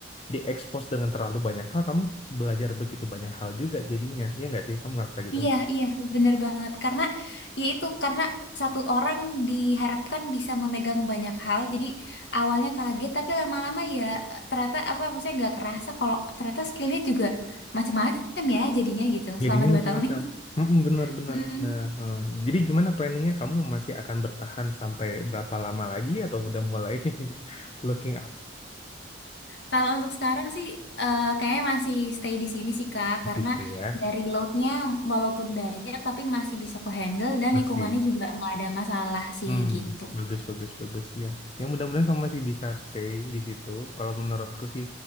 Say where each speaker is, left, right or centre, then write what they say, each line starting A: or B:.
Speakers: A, on the left (about 30°); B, on the left (about 60°).
A: diekspos dengan terlalu banyak hal kamu belajar begitu banyak hal juga jadinya ya nggak sih kamu ngerasa gitu
B: Iya, iya, bener banget. Karena, yaitu karena satu orang diharapkan bisa memegang banyak hal. Jadi awalnya kaget, tapi lama-lama ya ternyata apa, maksudnya gak kerasa kalau ternyata skillnya juga macam-macam ya jadinya gitu
A: Jadinya
B: selama dua
A: macam-macam.
B: tahun ini. <laughs>
A: Mm-mm, bener, bener,
B: Mm.
A: bener. Eh, jadi gimana planningnya? Kamu masih akan bertahan sampai berapa lama lagi atau udah mulai <laughs> looking up
B: Kalau untuk sekarang sih, eh, kayaknya masih stay di sini sih Kak,
A: masih
B: karena
A: stay ya?
B: dari loadnya walaupun banyak, tapi masih bisa ku handle dan
A: Masih.
B: lingkungannya juga nggak ada masalah sih
A: Hmm,
B: gitu.
A: bagus, bagus, bagus ya. Ya mudah-mudahan kamu masih bisa stay di situ. Kalau menurutku sih